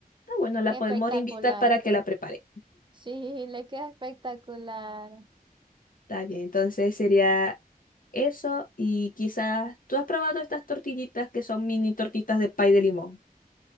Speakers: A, on the left; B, on the right.
A: ah, bueno, la
B: Espectacular.
A: podemos invitar para que la prepare.
B: Sí, le queda espectacular.
A: Está bien, entonces sería eso y quizás tú has probado estas tortillitas que son mini tortitas de pay de limón.